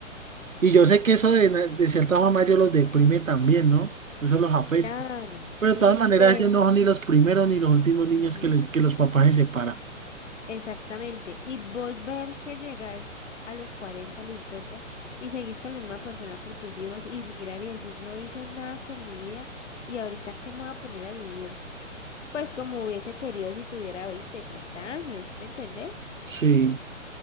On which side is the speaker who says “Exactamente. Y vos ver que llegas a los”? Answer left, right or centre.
Left